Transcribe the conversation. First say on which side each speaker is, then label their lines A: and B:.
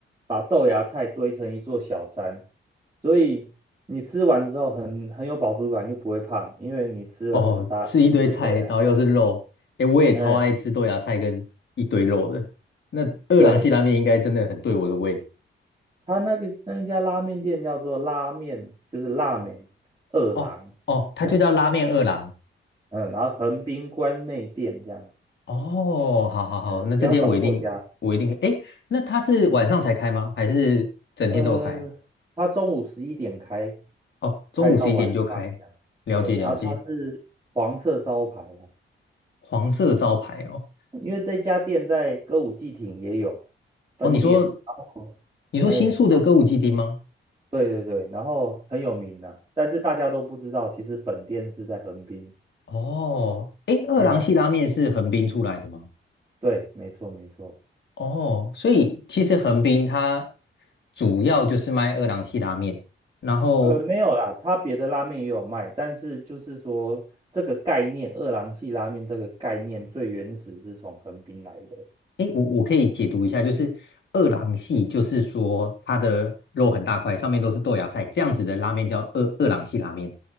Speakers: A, on the right; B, on the left.
A: 把豆芽菜堆成一座小山，所以你吃完之后很很有饱足感，又不会胖，因为你吃了很大很多的豆芽菜，
B: 哦，吃一堆菜，然后又是肉。诶，我也超爱吃豆芽菜跟一堆肉的。
A: 嗯，
B: 那二郎系拉面应该真的很对我的胃。
A: 对。他那个那一家拉面店叫做拉面，就是拉面二郎这样，
B: 哦哦，它就叫拉面二郎。
A: 嗯，然后横滨关内店这样，
B: 哦，好好好，
A: 嗯，
B: 那这间我一定我一定。
A: 不要找错家。
B: 诶，那它是晚上才开吗？还是整天都有开？
A: 呃，他中午十一点开，
B: 哦，中午十一点就开，
A: 开到晚上这样，
B: 了解了解。
A: 哎，然后他是黄色招牌哦，
B: 黄色招牌哦，
A: 因为这家店在歌舞伎町也有分店，
B: 哦，你说
A: 然后，
B: 你说新宿的歌舞伎町吗？
A: 哎，对对对，然后很有名呐、但是大家都不知道，其实本店是在横滨。
B: 哦，诶，二郎系拉面是横滨出来的吗？
A: 嗯，对，没错没错。
B: 哦，所以其实横滨它主要就是卖二郎系拉面，然后
A: 呃，没有啦，他别的拉面也有卖，但是就是说这个概念，二郎系拉面这个概念最原始是从横滨来的。
B: 诶，我我可以解读一下，就是二郎系就是说它的肉很大块，上面都是豆芽菜，这样子的拉面叫二二郎系拉面。